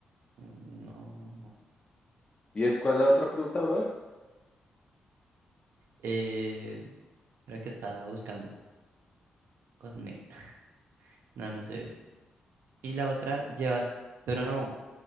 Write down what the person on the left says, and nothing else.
¿Y el- cuál es la otra pregunta, brother?